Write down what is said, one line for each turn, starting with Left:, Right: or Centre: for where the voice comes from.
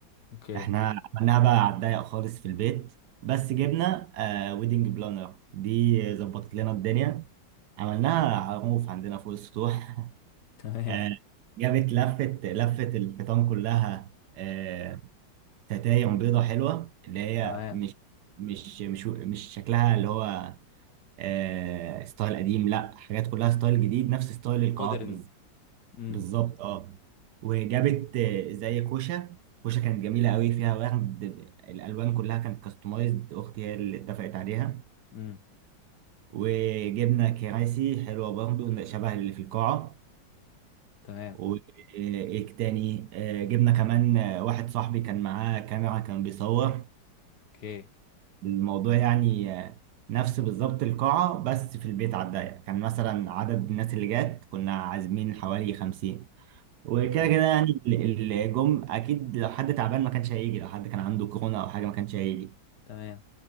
Left: اوكي
Right: احنا عملناها بقى على الضيق خالص في البيت بس جبنا آه ويدنج بلانر دي ظبطت لنا الدنيا عملناها على الرoof عندنا فوق السطوح <laughs>
Left: <laughs> تمام
Right: آه جابت لفت لفت الحيطان كلها آه ستاير بيضة حلوة اللي هي
Left: تمام
Right: مش مش مش مش شكلها اللي هو آه ستايل قديم لا حاجات كلها ستايل جديد نفس ستايل القاعات
Left: مودرن
Right: بالظبط
Left: امم
Right: بالظبط اه وجابت آه، زي كوشه كوشه كانت جميله قوي فيها ورد الالوان كلها كانت كاستمايزد اختي هي اللي اتفقت عليها
Left: امم
Right: وجبنا كراسي حلوه برضو شبه اللي في القاعه
Left: تمام
Right: وايه تاني آه، جبنا كمان آه، واحد صاحبي كان معاه كاميرا كان بيصور
Left: اوكي
Right: الموضوع يعني آه، نفس بالظبط القاعه بس في البيت على الضيق كان مثلا عدد الناس اللي جات كنا عازمين حوالي خمسين وكده
Left: تمام
Right: كده يعني ال- الجم اكيد لو حد تعبان ما كانش هيجي لو حد كان عنده كورونا او حاجه ما كانش هيجي
Left: تمام